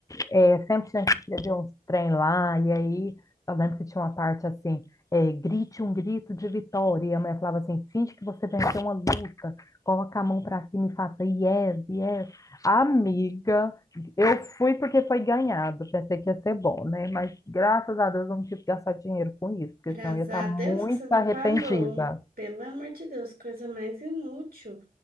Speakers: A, on the left; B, on the right.
A: É, sempre tinha que escrever uns trem lá, e aí eu lembro que tinha uma parte assim, é, grite um grito de vitória, e a mulher falava assim, finge que você venceu uma luta, coloca a mão pra cima e faça yes, yes. Amiga, eu fui porque foi ganhado, pensei que ia ser bom, né? Mas graças a Deus eu não tive que gastar dinheiro com isso, porque
B: Graças
A: senão eu ia estar
B: a
A: muito
B: Deus que você não
A: arrependida.
B: pagou. Pelo amor de Deus, coisa mais inútil.